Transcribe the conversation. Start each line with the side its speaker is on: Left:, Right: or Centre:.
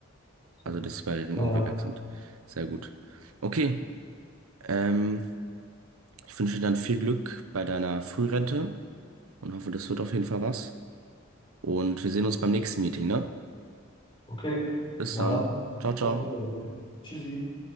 Left: so,
Right: Also, dass die Barrieren
Left: naja,
Right: irgendwie weg sind. Sehr gut. Okay. Ähm, ich wünsche dir dann viel Glück bei deiner Frührente und hoffe, das wird auf jeden Fall was. Und wir sehen uns beim nächsten Meeting, ne?
Left: okay.
Right: Bis
Left: Na
Right: dann.
Left: dann,
Right: Ciao, ciao.
Left: auf Wiedersehen. Tschüssi.